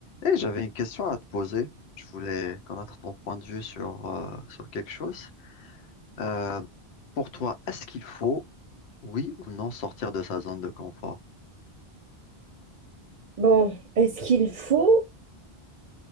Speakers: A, on the left; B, on the right.
A: Eh, j'avais une question à te poser. Je voulais connaître ton point de vue sur, euh, sur quelque chose. Euh, pour toi, est-ce qu'il faut, oui ou non, sortir de sa zone de confort?
B: Bon, est-ce qu'il faut?